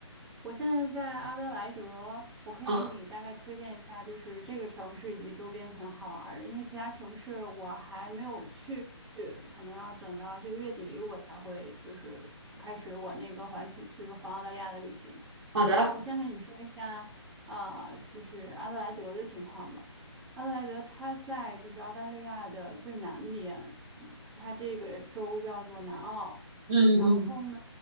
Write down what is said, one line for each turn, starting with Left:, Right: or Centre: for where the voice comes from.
Centre: 我现在在阿德莱德，我可以给你大概推荐一下，
Right: 嗯，
Centre: 就是这个城市以及周边可能好玩儿的，因为其他城市我还没有去，可能要等到这个月底我才会就是开始我那个环球，就是环澳大利亚的旅行。
Right: 好的，
Centre: 我先跟你说一下，呃，就是阿德莱德的情况吧。阿德莱德它在就是澳大利亚的最南边，它这个州叫做南澳。
Right: 嗯嗯
Centre: 然后呢，